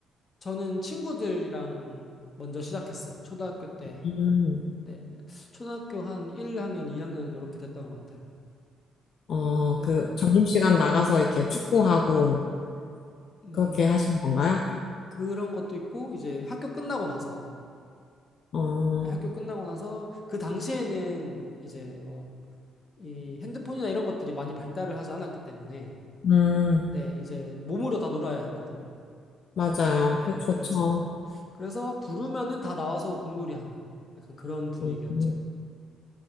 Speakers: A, on the left (about 35°); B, on the left (about 60°).
A: 저는 친구들이랑 먼저 시작했어요. 초등학교 때.
B: 음.
A: 네. 초등학교 한 1학년, 2학년 이렇게 됐던 것 같아요.
B: 어,
A: 네.
B: 그 점심시간 나가서 이렇게 축구하고
A: 음,
B: 그렇게 하신 건가요?
A: 그런 것도 있고, 이제 학교 끝나고 나서,
B: 어,
A: 학교 끝나고 나서, 그 당시에는 이제 뭐, 이 핸드폰이나 이런 것들이 많이 발달을 하지 않았기 때문에,
B: 음,
A: 네, 이제 몸으로 다 놀아야 했거든요.
B: 맞아요.
A: 네,
B: 그 좋죠.
A: 그래서, 그래서 부르면은 다 나와서 공놀이 하는 약간 그런 분위기였죠.
B: 음, 음.